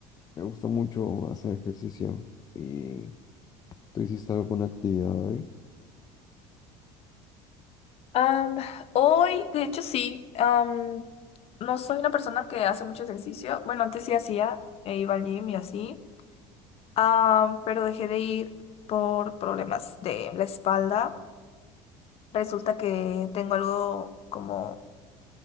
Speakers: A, on the left; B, on the left.
A: me gusta mucho hacer ejercicio y ¿tú hiciste alguna actividad hoy?
B: Am, hoy, de hecho sí, am, no soy una persona que hace mucho ejercicio. Bueno, antes sí hacía, e iba al gym y así, Am, pero dejé de ir por problemas de la espalda. Resulta que tengo algo como